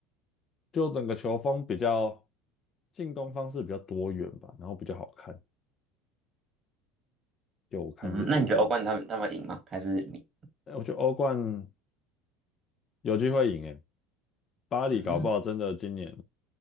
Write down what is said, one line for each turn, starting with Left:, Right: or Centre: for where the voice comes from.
Left: 就整个球风比较进攻方式比较多元吧，然后比较好看。就我看着我我
Right: 嗯，那你觉得欧冠他们他们会赢吗？还是你？
Left: 哎我觉得欧冠有机会赢诶，巴黎搞不好真的今年，
Right: 嗯，